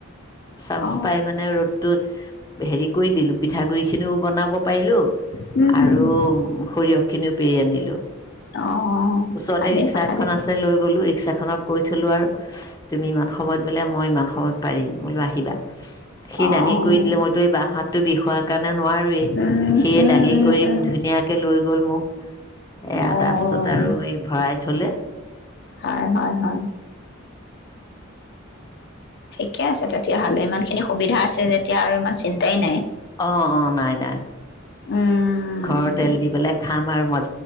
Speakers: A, on the left; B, on the left.
A: চাস
B: অ
A: পাই মানে ৰ'দটোত হেৰি কৰি দিলোঁ। পিঠাগুড়িখিনিও বনাব পাৰিলোঁ
B: হুম
A: আৰু
B: হুম হুম
A: সৰিয়হ খিনিও পিৰি আনিলোঁ।
B: অ
A: ওচৰতে
B: ভালেই
A: ৰিক্সা
B: কথা
A: এখন
B: দেখোন
A: আছে লৈ গলোঁ ৰিক্সা খনত। কৈ থলোঁ আৰু। তুমি ইমান সময়ত বোলে, মই ইমান সময়ত। পাৰিম বোলো আহিবা। সি
B: অ উম
A: দাঙি কৰি দিলে, মইতো এই বাও হাতটো বিষোৱাৰ কাৰণে নোৱাৰোৱে।
B: উম
A: সিয়ে
B: উম
A: দাঙি
B: উম
A: কৰি
B: উম
A: ধুনীয়াকে লৈ গ'ল মোক। এ
B: অ',
A: তাৰ পিছত আৰু এই ভৰাই থ'লে।
B: হয়, হয়, হয়, ঠিকে আছে তেতিয়াাহ'লে ইমান খিনি সুবিধা আছে, যেতিয়া আৰু ইমান চিন্তাই নাই।
A: অ অ নাই নাই
B: উম,
A: ঘৰৰ তেল দি পলে খাম, আৰু মজা।